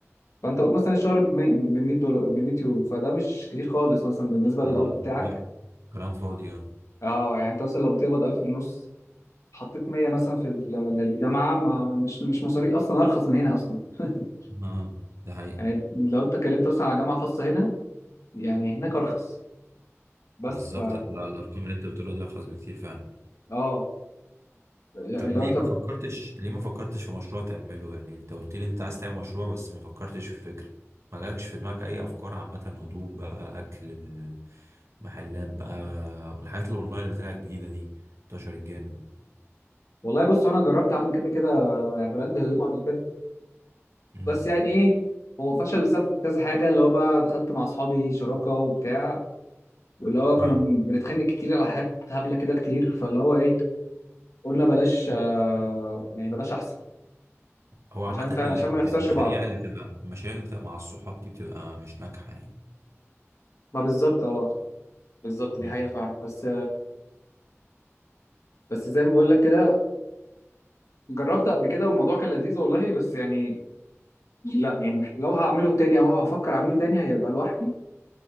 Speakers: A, on the left (about 80°); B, on the right (about 65°).
A: فانت قول مثلا الشهر ب 100 دولار ب 100 يورو فده مش كتير خالص مثلا بالنسبه
B: لا
A: للقبض بتاعك
B: كلام كلام فاضي اه
A: اه يعني انت مثلا لو بتقبض 1000 ونص حطيت 100 مثلا في ال- للجامعه ما مش مش مصاري اصلا ارخص من هنا اصلا <laughs>
B: آه، ده حقيقة
A: يعني لو انت اتكلمت اصلا على جامعه خاصه هنا يعني هناك ارخص بس
B: بالظبط
A: ف
B: ال- الارقام اللي انت بتقولها دي ارخص بكتير فعلا
A: اه لا-
B: طب
A: لو
B: ليه
A: انت
B: ما فكرتش ليه ما فكرتش في مشروع تعمله يعني انت قلت لي انت عايز تعمل مشروع بس ما فكرتش في فكرة ما لكش في دماغك اي افكار عامة هدوم بقى اكل محلات بقى الحاجات الاونلاين اللي طلعت الجديدة دي انتشرت جامد
A: والله بص انا جربت اعمل كده كده براند هدوم قبل كده
B: امم
A: بس يعني ايه هو فشل بسبب كذا حاجه اللي هو بقى دخلت مع اصحابي شراكه وبتاع واللي هو
B: ها
A: كنا بن- بنتخانق كتير على حاجات هبله كده كتير فاللي هو ايه قلنا بلاش آه، يعني بلاش احسن
B: هو عامة
A: عشان فعلا
B: ال-
A: عشان
B: ال-
A: ما نخسرش
B: المشاريع
A: بعض
B: اللي بتبقى المشاريع اللي بتبقى مع الصحاب دي بتبقى مش ناجحة يعني
A: ما بالظبط اه بالظبط دي
B: امم
A: حقيقة فعلا بس بس زي ما بقول لك كده جربت قبل كده والموضوع كان لذيذ والله بس يعني لا يعني مح- لو هعمله تاني او هفكر اعمله تاني هيبقى لوحدي